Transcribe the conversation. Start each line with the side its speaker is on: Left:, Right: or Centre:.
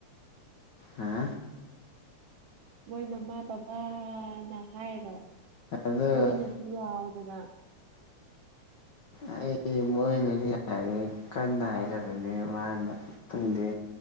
Left: ꯍꯥ
Right: ꯃꯣꯏ ꯃꯃꯥ ꯕꯕꯥꯅ ꯍꯥꯏꯔꯣ
Left: ꯑꯗꯨ
Right: ꯃꯣꯏꯅꯁꯨ ꯌꯥꯏꯗꯅ
Left: ꯑꯦ ꯃꯣꯏ ꯂꯩꯔꯤ <unintelligible> ꯑꯩ ꯀꯟꯅ ꯍꯥꯏꯔꯕꯅꯦ ꯃꯥꯅ ꯈꯪꯗꯦ